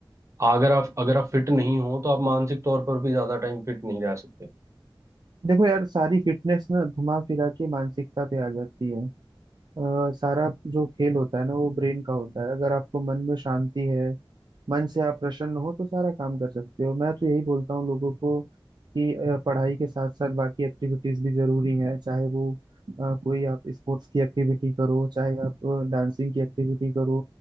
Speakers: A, on the right; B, on the right.
A: अगर आप अगर आप फिट नहीं हो तो आप मानसिक तौर पर भी ज्यादा टाइम फिट नहीं रह सकते
B: देखो यार सारी फिटनेस ना घुमा फिरा के मानसिकता पे आ जाती है अ, सारा जो खेल होता है ना वो ब्रेन का होता है अगर आपको मन में शांति है मन से आप प्रसन्न हो तो सारा काम कर सकते हो मैं तो यही बोलता हूँ लोगों को कि अ, पढ़ाई के साथ साथ बाकी एक्टिविटीज भी जरूरी हैं चाहे वो अ, कोई आप स्पोर्ट्स की एक्टिविटी करो चाहे आप डांसिंग की एक्टिविटी करो